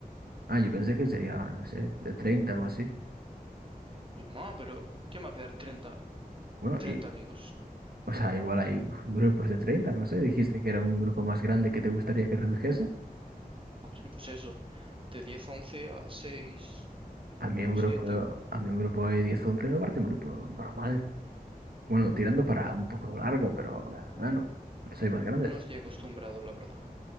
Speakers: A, on the right; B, on the right.
A: Ah, yo pensé que sería, no sé, de 30 o así.
B: Mi mamá, pero ¿quién va a quedar treinta
A: Bueno,
B: treinta
A: y,
B: amigos?
A: O sea, igual hay grupos de 30 no sé, dijiste que era un grupo más grande que te gustaría que redujese.
B: <laughs> Pues eso, de 10 11 a 6
A: A mí un
B: 7.
A: grupo, a mí un grupo de 10 o 11 me parece un grupo normal. Bueno, tirando para un poco largo, pero eh, bueno, soy más grandes.
B: No estoy acostumbrado, la verdad.